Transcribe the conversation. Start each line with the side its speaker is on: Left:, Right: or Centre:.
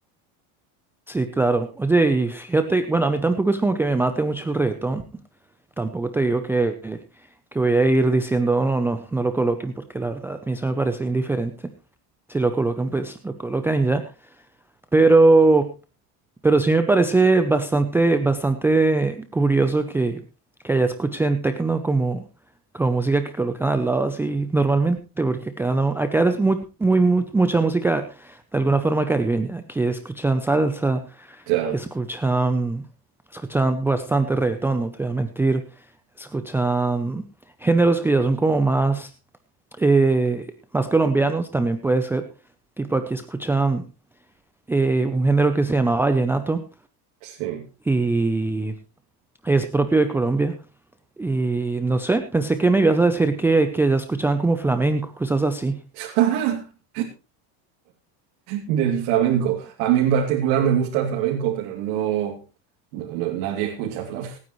Centre: Sí, claro. Oye, y fíjate, bueno, a mí tampoco es como que me mate mucho el reggaetón. Tampoco te digo que, que voy a ir diciendo, no, no, no no lo coloquen, porque la verdad a mí eso me parece indiferente. Si lo colocan, pues lo colocan y ya. Pero... Pero sí me parece bastante, bastante curioso que, que allá escuchen techno como, como música que colocan al lado así normalmente, porque acá no, acá es muy, muy, mu- mucha música de alguna forma caribeña. Aquí escuchan salsa,
Right: Ya,
Centre: escuchan, escuchan bastante reggaetón, no te voy a mentir, escuchan géneros que ya son como más, eh, más colombianos, también puede ser. Tipo aquí escuchan eh, un género que se llama vallenato
Right: sí.
Centre: y es propio de Colombia. Y no sé, pensé que me ibas a decir que, que ya escuchaban como flamenco, cosas así.
Right: <laughs> del flamenco. A mí en particular me gusta el flamenco, pero no, no, no- nadie escucha flamenco.